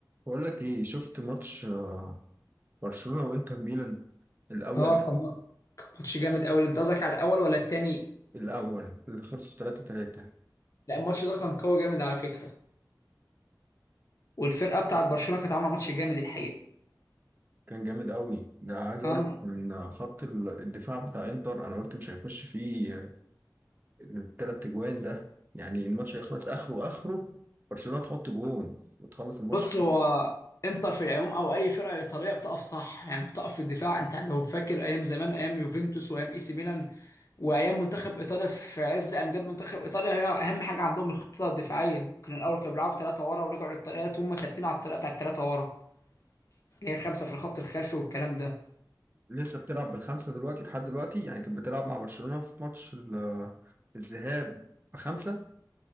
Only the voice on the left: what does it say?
اه كان ماتش جامد قوي انت قصدك على الاول ولا التاني
لا الماتش ده كان قوي جامد على فكره والفرقه بتاعت برشلونه كانت عامله ماتش جامد الحقيقه
أنا-
بص هو انتر في العموم او اي فرقه ايطاليه بتقف صح يعني بتقف في الدفاع انت لو فاكر ايام زمان ايام يوفنتوس وايام اي سي ميلان وايام منتخب ايطاليا في عز امجاد منتخب ايطاليا هي اهم حاجه عندهم الخطه الدفاعيه كان الاول كانوا بيلعبوا ثلاثه ورا ورجعوا للطريقه هم ثابتين على الطريقه بتاعت الثلاثه ورا اللي هي خمسه في الخط الخلفي والكلام ده